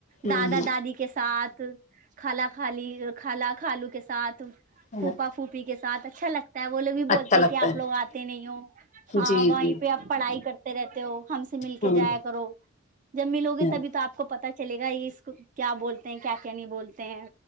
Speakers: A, on the left (about 35°); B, on the right (about 35°).
A: ہوں
B: دادا دادی کے ساتھ خالا خالی خالا کالو کے ساتھ
A: ہوں
B: پھوپا پھوپی کے ساتھ اچھا لگتا ہے وہ لوگ بھی بولتے
A: اچھا لگتا
B: ہیں کہ آپ
A: ہے
B: لوگ آتے نہیں ہو ہاں
A: جی
B: وہیں
A: جی
B: پہ آپ پڑھائی کرتے رہتے ہو ہاں کے
A: ہوں
B: جایا کرو جب ملو
A: ہوں
B: گے تبھی تو آپ کو پتا چلے گا یہ اس کو کیا بولتے ہیں کیا کیا نہیں بولتے ہیں